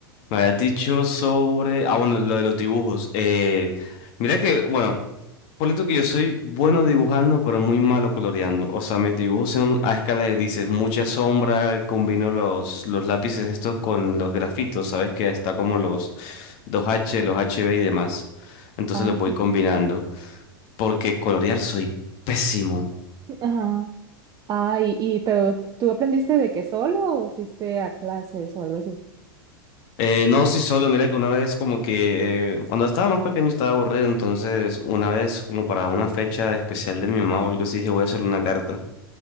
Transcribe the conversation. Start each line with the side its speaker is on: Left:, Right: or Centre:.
Left: Me habías dicho sobre. Ah, bueno, lo de los dibujos. Eh, mira que, bueno, ponle tú que yo soy bueno dibujando, pero muy malo coloreando. O sea, mis dibujos son a escala de grises, mucha sombra. Combino los, los lápices estos con los grafitos, ¿sabes? Que está como los dos h los HB y demás. Entonces
Right: Ah,
Left: los voy
Right: qué
Left: combinando.
Right: cool.
Left: porque colorear soy pésimo.
Right: Ajá. Ah, y, y- pero ¿tú aprendiste de que solo o fuiste a clases o algo así?
Left: Eh, no, sí, solo, mira que una vez como que eh, cuando estaba más pequeño estaba aburrido, entonces una vez como para una fecha especial de mi mamá o algo así dije voy a hacerle una carta.